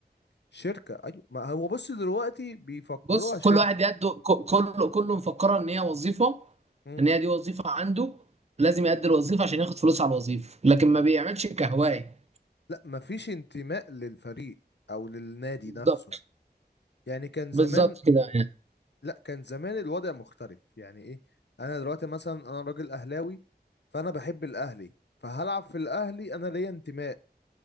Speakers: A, on the left (about 85°); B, on the right (about 40°).
A: شركة أيوة ما هو بص دلوقتي بيفكروها
B: بص
A: شركة
B: كل واحد يدو ك- كله كله مفكره ان هي وظيفه
A: امم
B: ان هي دي وظيفه عنده لازم يأدي الوظيفه عشان ياخد فلوس على الوظيفه لكن ما بيعملش كهوايه
A: لا مفيش انتماء للفريق أو للنادي
B: بالظبط
A: نفسه يعني كان
B: بالظبط
A: زمان
B: كده يعني
A: لا كان زمان الوضع مختلف يعني إيه أنا دلوقتي مثلا أنا راجل أهلاوي فأنا بحب الأهلي فهلعب في الأهلي أنا ليا انتماء